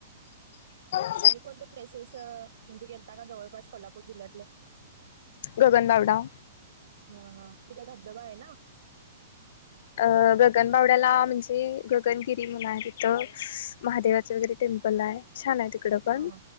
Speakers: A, on the left; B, on the right.
A: <inaudible>
B: आणि कोणते प्लेसेस म्हणजे गेता का जवळपास कोल्हापूर जिल्ह्यातलं.
A: गगनबाावडा.
B: हा हा, तिथ धबधबा आहे ना.
A: अ गगनबावड्याला म्हणजे गगनगिरी म्हण आहे तिथं महादेवाचं वगैरे टेम्पल आहे. छान आहे तिकडं पण
B: हा हा